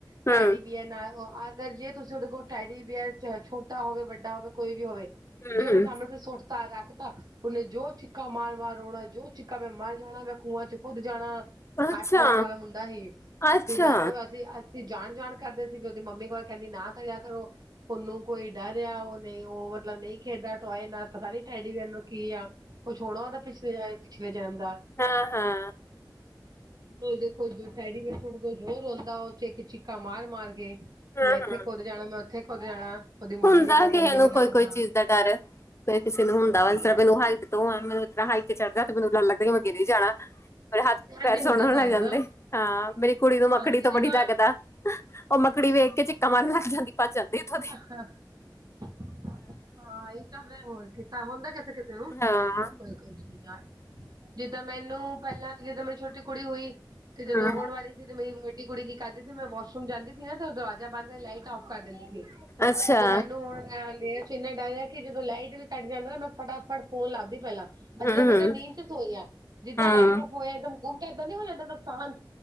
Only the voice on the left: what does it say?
ਹੂੰ
ਹੂੰ
ਹੂੰ
ਅੱਛਾ
ਅੱਛਾ
ਹਾਂ-ਹਾਂ।
ਹੂੰ
ਹੂੰ
ਹੁੰਦਾ
ਕਿਸੇ
ਨੂੰ ਕੋਈ-ਕੋਈ
ਚੀਜ਼ ਦਾ ਡਰ, ਕੋਈ ਕਿਸੇ ਨੂੰ ਹੁੰਦਾ
ਵਾ ਮੈਨੂੰ ਹ ਤੇ ਓ ਆ ਮੈਨੂੰ ਇਤਰ੍ਹਾਂ ਹਾਈ ਤੇ ਚੜ੍ਹਦਾ ਤੇ ਮੈਨੂੰ ਡਰ ਲੱਗਦਾ ਮੈਂ ਗੀਰ ਈ ਜਾਣਾ। ਮੇਰੇ ਹੱਥ
ਪੈਰ ਸੋਣ
ਹੋਣ
ਲੱਗ ਜਾਂਦੇ
ਹਾਂ, ਮੇਰੀ ਕੁੜੀ ਨੂੰ ਮੱਖੜੀ
ਤੋਂ
ਬੜੀ ਡਰ ਲੱਗਦਾ। ਉਹ ਮੱਕੜੀ ਵੇਖ ਕੇ ਚਿੱਕਾ ਮਾਰਨ ਲੱਗ ਜਾਂਦੀ ਭੱਜ ਜਾਂਦੀ। ਇੱਥੋਂ ਦੀ
ਹਾਂ
ਹਮ
ਅੱਛਾ
ਹਮ
ਹਮ
ਹਮ